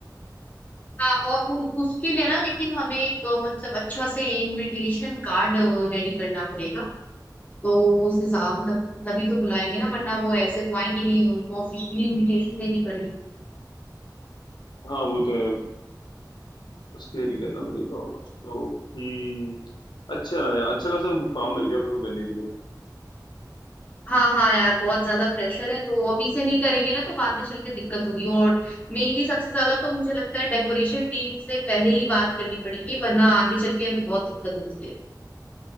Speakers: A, on the left; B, on the left.
A: हाँ और उ, उसके लिए ना लेकिन हमें एक अ, मतलब अच्छा से इनविटेशन कार्ड रेडी करना पड़ेगा तो उस हिसाब तक तभी तो बुलाएंगे ना वरना वो ऐसे तो आएंगे नहीं उनको ऑफिशियली इनविटेशन देनी पड़ेगी
B: हाँ वो तो है उसके लिए भी करना पड़ेगा और कुछ तो हम्म अच्छा है अच्छा खासा काम मिल गया अपन को करने के लिए
A: हाँ हाँ यार बहुत ज्यादा प्रेशर है तो अभी से नहीं करेंगे ना तो बाद में चल के दिक्कत होगी और मेनली सबसे ज्यादा तो मुझे लगता है डेकोरेशन टीम से पहले ही बात करनी पड़ेगी वरना आगे चल के हमें बहुत दिक्कत होती है